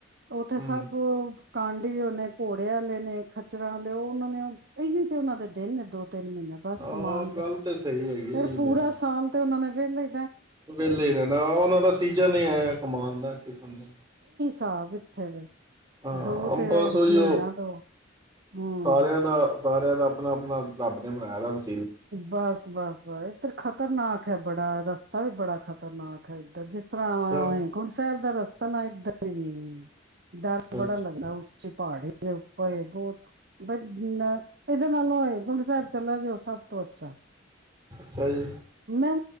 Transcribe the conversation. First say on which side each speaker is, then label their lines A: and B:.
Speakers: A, on the right; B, on the right.
A: ਉੱਥੇ
B: ਹੂੰ,
A: ਸਭ, ਕਾਂਡੀ ਵਾਲੇ ਘੋੜੇ ਵਾਲੇ ਨੇ ਖਚਰਾਂ ਆਲੇ ਉਹ ਉਹਨਾਂ ਨੇ ਇਹੀ ਤੇ ਉਹਨਾਂ ਦੇ ਦਿਨ ਨੇ ਦੋ, ਤਿੰਨ ਮਹੀਨੇ ਬਸ
B: ਹਾਂ
A: ਕਮਾਣ ਦੇ,
B: ਗੱਲ ਤੇ ਸਹੀ ਹੈਗੀ
A: ਫਿਰ
B: ਹੈ ਇਹੀ
A: ਪੂਰਾ
B: ਦਿਨ,
A: ਸਾਲ ਤੇ ਉਹਨਾਂ ਨੇ ਵੇਹਲੇ,
B: ਵਿਹਲਾ ਹੀ ਰਹਿਣਾ ਉਹਨਾਂ ਦਾ ਸੀਜਨ ਇਹ ਹੈ ਕਮਾਉਣ ਦਾ ਕਿਸਮ ਦਾ,
A: ਸਭ ਇੱਥੇ ਵੇ,
B: ਹਾਂ
A: ਦੋ
B: ਅ
A: ਤੇ
B: ਬਸ
A: ਮਹੀਨਾ
B: ਉਹੀਓ
A: ਦੋ ਹੂੰ
B: ਸਾਰਿਆਂ ਦਾ ਸਾਰਿਆਂ ਦਾ, ਆਪਣਾ-ਆਪਣਾ ਰੱਬ ਨੇ ਬਣਾਇਆ ਸਬ ਕੁਝ,
A: ਬਸ ਬਸ ਬਸ ਇੱਧਰ ਖ਼ਤਰਨਾਕ ਹੈ ਬੜਾ ਰਸਤਾ ਵੀ ਬੜਾ ਖ਼ਤਰਨਾਕ ਹੈ, ਇੱਧਰ ਜ ਭਰਾਵਾ
B: ਅੱਛਾ
A: ਹੇਮਕੁੰਟ ਸਾਹਿਬ ਤਾਂ ਰਸਤਾ ਨਾ ਇੱਧਰ ਈ ਏ, ਡਰ
B: ਅੱਛਾ
A: ਬੜਾ
B: ਅੱਛਾ
A: ਲੱਗਦਾ, ਉੱਚੇ ਪਹਾੜੀ ਦੇ ਉੱਪਰ ਏ ਬਹੁਤ ਬ ਇਹਦੇ ਨਾਲੋਂ ਹੇਮਕੁੰਟ ਸਾਹਿਬ ਚਲਾ ਜੋ ਉਹ ਸਭ ਅੱਛਾ,
B: ਅੱਛਾ ਜੀ
A: ਮੈ